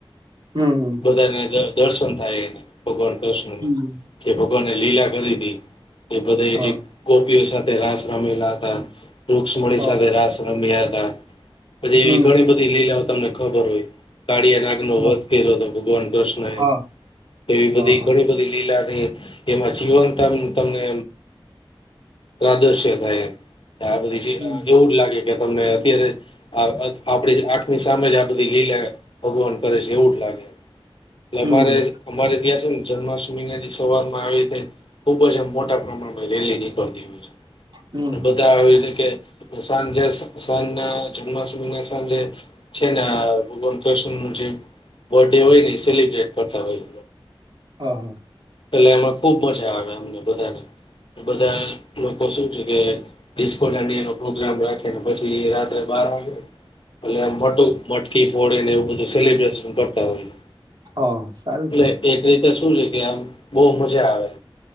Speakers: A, on the right (about 55°); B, on the left (about 65°).
A: હમ
B: બધાને <unintelligible> દર્શન થાય <unintelligible> એના ભગવાન કૃષ્ણના
A: હમ
B: જે ભગવાનને લીલા <unintelligible> હતી એ જે
A: હા
B: કોપીઓ સાથે તે રાશ રમેલા હતા રુક્ષ્મણી
A: હા
B: સાથે રાસ રમિયા હતા પછી, એવી
A: હમ
B: ઘણી બધી લીલા તમને ખબર હોય કાળીયા નાગ નો
A: હા
B: વધ કર્યો હતો ભગવાન કૃષ્ણ એ,
A: હા
B: એવી બધી
A: હા
B: ઘણી બધી લીલા એમા, જીવન ત તમને પ્રાદર્શક <unintelligible> આ બધી
A: હમ
B: એવું જ લાગે કે, તમને અત્યારે આપણે આ કે સામે આ બધી લીલા ભગવાન કરે છે એવું જ લાગે એમ
A: હમ
B: અમારે, અમારે ત્યાં છે ને જન્માષ્ટમી ના સવાર માં આવી રીતે ખુબ જ મોટા પ્રમાણમાં રે લે <unintelligible> ની પડતી હોય
A: હમ હમ
B: બતાયટલે કે સાંજે સાંજ ના જન્માષ્ટમી ના સાંજે છે ને, આ ભગવાન કૃષ્ણ ન, જે બર્થ ડે હોય ને એ સેલિબ્રેટ કરતા હોય
A: હા, હા
B: એટલે એમાં ખુબ મજા આવે અમને બધાને બધા લોકો શું છે કે, ડિસ્કોિ દાંડિયાનો પ્રોગ્રામ રાખે ને પછી રાત્રે બાર વાગે, એટલે આમ મોટું મટકી ફોડે ને એવું બધું સેલિબ્રેશન કરતા હોય
A: હા, સારું
B: એટલે
A: કેવાય
B: એક રીતે શું છે કે આમ બહુ મજા આવે